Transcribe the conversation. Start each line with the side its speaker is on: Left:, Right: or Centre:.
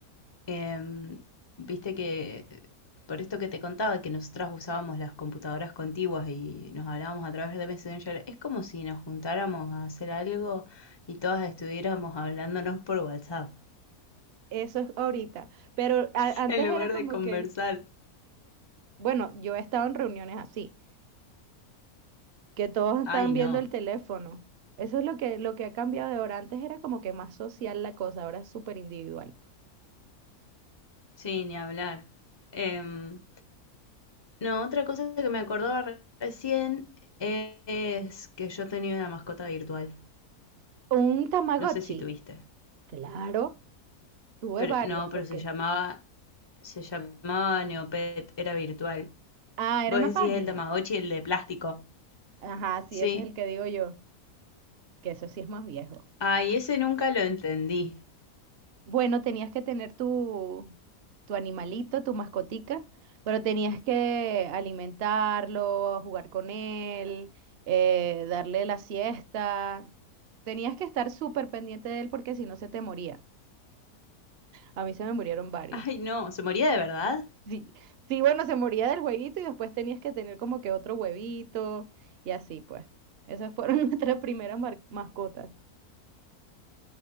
Left: Em, viste que por esto que te contaba, que nosotras usábamos las computadoras contiguas y nos hablábamos a través de Messenger, es como si nos juntáramos a hacer algo y todas estuviéramos hablándonos por WhatsApp,
Right: Eso es ahorita. Pero a-
Left: <laughs>
Right: antes
Left: en lugar
Right: era como
Left: de conversar.
Right: que, bueno, yo he estado en reuniones así, que todos estaban
Left: Ay,
Right: viendo
Left: no.
Right: el teléfono. Eso es lo que, lo que ha cambiado de ahora. Antes era como que más social la cosa, ahora es súper individual.
Left: Sí, ni hablar. Em, no, otra cosa que me acordaba re- recién es que yo tenía una mascota virtual.
Right: Un Tamagotchi,
Left: No sé si tuviste.
Right: claro. Tuve
Left: Pero
Right: varios
Left: no,
Right: porque...
Left: pero se llamaba, se llamaba Neopet, era virtual.
Right: Ah,
Left: Vos
Right: era una
Left: decís
Right: página.
Left: el Tamagotchi, el de plástico.
Right: Ajá, sí,
Left: Sí.
Right: ese es el que digo yo, que eso sí es más viejo.
Left: Ay, ese nunca lo entendí.
Right: Bueno, tenías que tener tu, tu animalito, tu mascotica, pero tenías que alimentarlo, jugar con él, eh, darle la siesta. Tenías que estar súper pendiente de él porque si no se te moría. A mí se me murieron varios.
Left: Ay, no, ¿se moría de verdad?
Right: Sí, sí, bueno, se moría del huevito y después tenías que tener como que otro huevito y así pues. Esas fueron <laughs> nuestras primeras mar- mascotas.